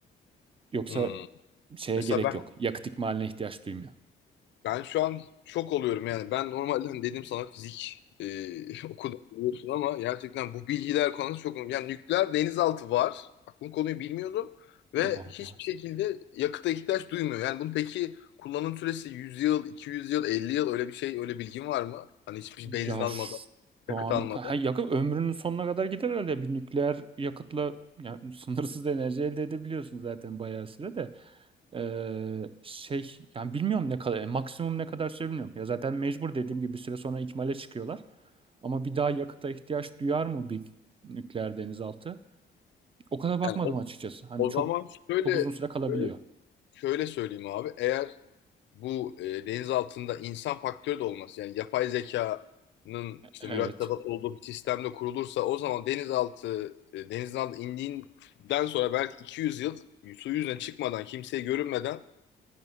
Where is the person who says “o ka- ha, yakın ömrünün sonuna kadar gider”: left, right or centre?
Right